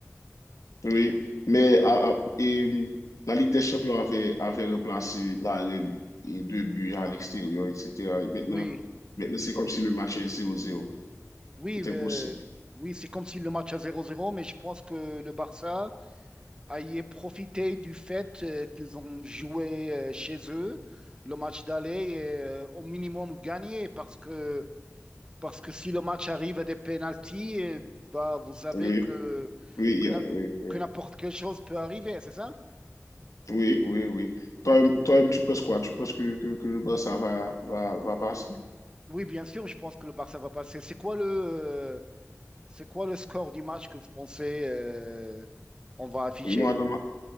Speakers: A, on the left; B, on the right.
A: Oui. Mais à- à- et, mm, la Ligue des Champions avait, avait remplacé la règle deux buts à l'extérieur, etc. Et maintenant,
B: Oui,
A: maintenant c'est comme si le match est 0 zéro
B: oui,
A: Tout est
B: euh,
A: possible.
B: oui, c'est comme si le match à zéro zéro. mais je pense que le Barça a y profité du fait euh, qu'ils ont joué euh, chez eux le match d'aller et euh, au minimum gagné parce que, parce que si le match arrive à des pénaltys, eh, bah, vous savez
A: Oui,
B: que,
A: oui,
B: que, na-
A: oui, oui.
B: que n'importe quelle chose peut arriver, c'est ça?
A: Oui, oui, oui. Toi-même, toi-même, tu penses quoi? Tu penses que, que, que le Barça va, va, va passer?
B: Oui, bien sûr, je pense que le Barça va passer. C'est quoi le, c'est quoi le score du match que vous pensez euh, on va afficher
A: Moi, dans ma-